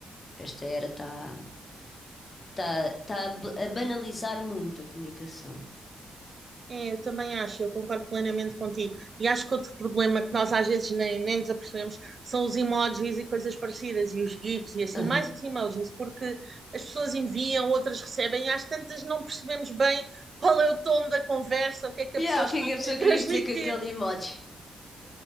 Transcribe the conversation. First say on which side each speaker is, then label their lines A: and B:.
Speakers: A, on the left; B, on the right.
A: esta era está tá, tá a b- a banalizar muito a comunicação.
B: É, eu também acho, eu concordo plenamente contigo. E acho que outro problema que nós às vezes nem, nem nos apercebemos são os emojis e coisas parecidas, e os GIFs e assim,
A: Aham.
B: mais os emojis, porque as pessoas enviam, outras recebem, e às tantas não percebemos bem qual é o tom da conversa, o que é que a
A: Yeah,
B: pessoa está
A: o que é
B: a
A: que a pessoa
B: querer <laughs> transmitir.
A: queria dizer com aquele emoji?